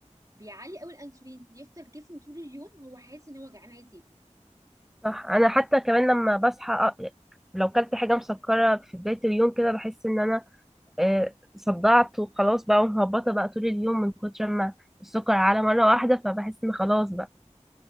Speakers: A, on the right; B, in the centre.
A: بيعلي قوي الانسولين يفضل جسمه طول اليوم هو حاسس ان هو جعان عايز ياكل
B: صح. أنا حتى كمان لما بصحى آه، لو كلت حاجة مسكرة في بداية اليوم كده بحس إن أنا آه، صدعت وخلاص بقى ومهبطة بقى طول اليوم من كتر ما السكر على مرة واحدة فبحس إن خلاص بقى